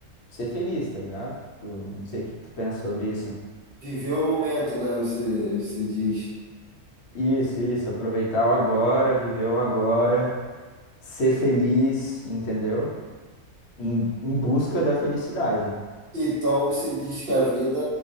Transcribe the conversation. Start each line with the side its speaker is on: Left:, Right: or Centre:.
Left: ser feliz, tá ligado? Tu- não sei o que tu pensa sobre isso.
Right: Viver o momento, né? Você, você diz.
Left: Isso, isso, aproveitar o agora, viver o agora, ser feliz, entendeu? Em, em busca da felicidade.
Right: Então você diz que a vida